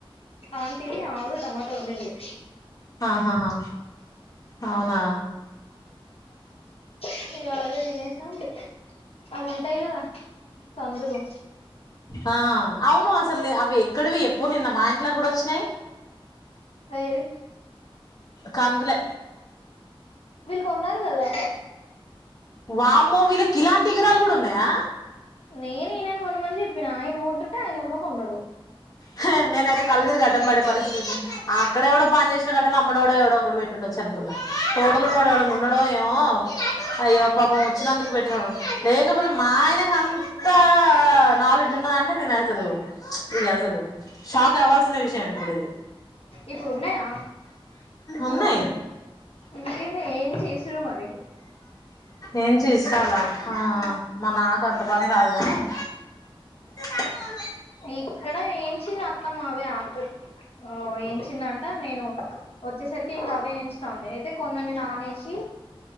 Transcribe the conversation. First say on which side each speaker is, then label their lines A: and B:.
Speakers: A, on the left; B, on the left.
A: ఆంటీ ఆలు టమాటా వండింది.
B: ఆహాహా అవునా!
A: ఇక అవే తినేసాం అవి ఉంటాయి కదా కందురు
B: ఆ అవును అసలు అవి ఎక్కడివి ఎప్పుడు నిన్న మా ఇంట్లో కూడా వచ్చినాయి.
A: ఏవి
B: కందులే
A: వీళ్ కొన్నారు కదా?
B: వామో వీళ్ళకి ఇలాంటి గిరాలు కూడా ఉన్నాయా?
A: నేను ఈయనను కొనమని చెప్పిన ఆయన కొంటుంటే ఆయన కూడా కొన్నాడు.
B: హె నేనైతే కళ్ళుతిరిగి అడ్డం పడే పరిస్థితి అక్కడే ఎవడో పంచేసిన కడల అమ్మడోడు ఎవడో ఒకడు పెట్టిండచ్చు అని కున్నా తోడలున్నోడెవడన్నాడో ఏమో
A: ఆ
B: అయ్యో పాపం వచ్చినందుకు పెట్టిన లేకపోతే మా ఆయనకు అంత నాలెడ్జ్ ఉన్నదా అంటే నేనసలు ఇగ అసలు షాక్ అవ్వాల్షిన విషయం ఇప్పుడు ఇది
A: ఇప్పుడు ఉన్నాయా?
B: ఉన్నాయ్.
A: ఉంటేనే ఏంచి ఇసురు మరి
B: ఏం చేస్తాల ఆ మా నాకు అంత పని రాదు కాని బె జాల
A: ఇక్కడ ఏంచంది అత్తమ్మావే ఆతులు ఆ ఏంచిందంట నేను వచ్చేసరికి ఇంకా అవేయించుతాంది అయితే కొన్నిన్ని నానేేసి